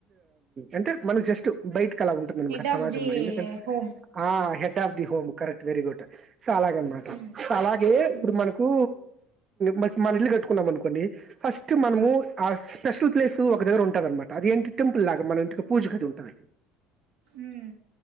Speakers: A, on the right; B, on the right.
A: అంటే మనం జస్ట్ బయట అలా ఉంటుందన్నమాట
B: హెడ్ ఆఫ్
A: సమాజంలో
B: ది
A: ఎందుకంటే
B: హోమ్
A: ఆ of the home correct very good చాలాగ అనమాట
B: ఉమ్
A: అలాగే ఇప్పుడు
B: ఉమ్
A: మనకు మ మన ఇల్లు కట్టుకున్నాం అనుకోండి ఫస్ట్ మనము
B: ఆ
A: ఆస్ స్పెషల్ ప్లేస్ ఒక దగ్గర ఉంటుందిన్నమాట అదింటి టెంపుల్లాగా మన ఇంటికి పూజగా అది ఉంటుంది
B: ఉమ్